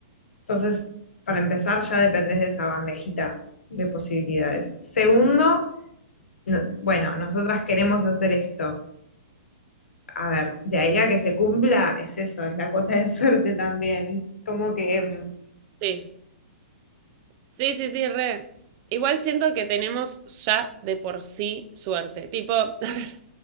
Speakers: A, on the left; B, on the right.
A: Entonces, para empezar, ya dependés de esa bandejita de posibilidades. Segundo, no- bueno, nosotras queremos hacer esto. A ver, de ahí a que se cumpla, es eso, es la cuota de suerte también. Como que... em,
B: Sí. Sí, sí, sí, re. Igual siento que tenemos ya de por sí suerte. Tipo, <laughs> a ver,